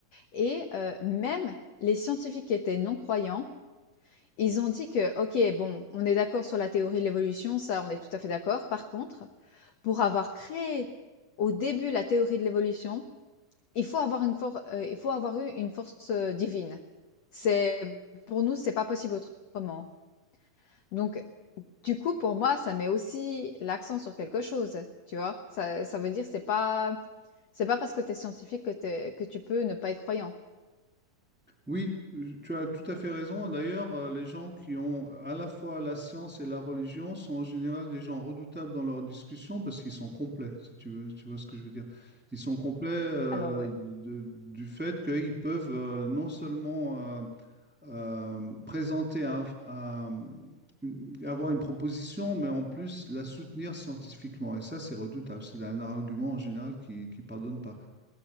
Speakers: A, on the left; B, in the centre.
A: et heu, même les scientifiques qui étaient non-croyants, ils ont dit que: «OK, bon, on est d'accord sur la théorie de l'évolution, ça, on est tout à fait d'accord. Par contre, pour avoir créé au début la théorie de l'évolution, il faut avoir une force, euh, il faut avoir eu une force euh, divine. C'est pour nous, c'est pas possible autrement. Donc, du coup, pour moi, ça met aussi l'accent sur quelque chose, tu vois. Ça, ça veut dire c'est pas, c'est pas parce que t'es scientifique que t'es, que tu peux ne pas être croyant.
B: Oui, je- tu as tout à fait raison. D'ailleurs, euh, les gens qui ont à la fois la science et la religion sont en général des gens redoutables dans leurs discussions parce qu'ils sont complets, si tu veux, tu vois ce que je veux dire. Ils sont complets euh,
A: Alors ouais,
B: de- du fait qu'ils peuvent euh, non seulement euh, euh, présenter un- un- une- avoir une proposition, mais en plus la soutenir scientifiquement. Et ça, c'est redoutable. C'est un argument en général qui ne pardonne pas.